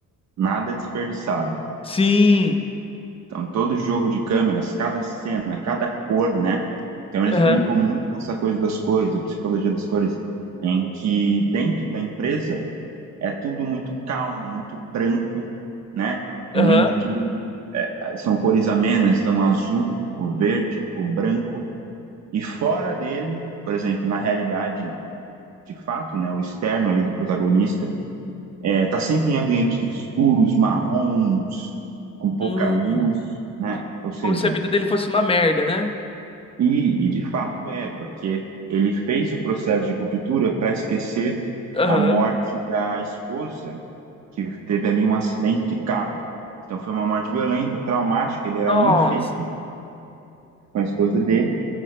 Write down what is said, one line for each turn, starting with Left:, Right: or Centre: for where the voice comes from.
Right: Nada é desperdiçado.
Left: Sim.
Right: Então, todo jogo de câmeras, cada cena, cada cor, né? Então, eles
Left: Aham.
Right: brincam muito com essa coisa das cores, a psicologia das cores, em que dentro da empresa é tudo muito calmo, muito branco, né? Muito.
Left: Aham.
Right: é, são cores amenas, então azul, o verde, o branco. E fora dele, por exemplo, na realidade de fato, né, o externo ali do protagonista, é, tá sempre em ambientes escuros, marrons, com pouca
Left: Hum.
Right: luz, né? Ou seja,
Left: Como se a vida dele fosse uma merda, né?
Right: e, e de fato é, porque ele fez o processo de ruptura para esquecer
Left: Aham.
Right: a morte da esposa, que teve ali um acidente de carro. Então foi uma morte violenta, traumática, ele era
Left: Nossa.
Right: muito feliz com a esposa dele,